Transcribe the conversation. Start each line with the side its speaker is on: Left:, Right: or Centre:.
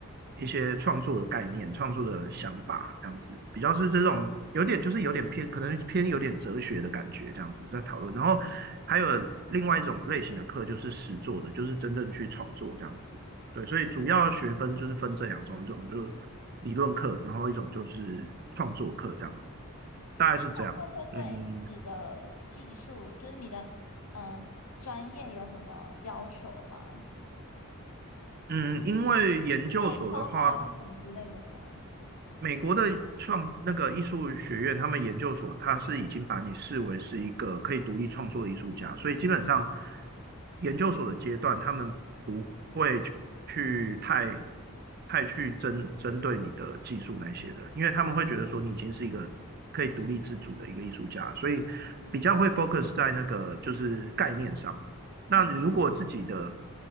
Right: 一些创作的概念、创作的想法这样子，比较是这种有点就是有点偏，可能偏有点哲学的感觉这样子在讨论。然后还有另外一种类型的课就是实作的，就是真正去创作这样子。对，所以主要学分就是分这两种，一种就是理论课，然后一种就是创作课这样子，大概是这样。
Left: 就会对你的技术，
Right: 嗯嗯，
Left: 就是你的嗯、呃专业有什么要求吗？
Right: 嗯嗯因为研究所的话，
Left: 会画画啊什么之类的吗？
Right: 美国的创那个艺术学院，他们研究所，他是已经把你视为是一个可以独立创作的艺术家，所以基本上研究所的阶段，他们会去太太去针针对你的技术那些的，因为他们会觉得说你已经是一个可以独立自主的一个艺术家，所以比较会 focus 在那个就是概念上。那你如果自己的，
Left: 嗯，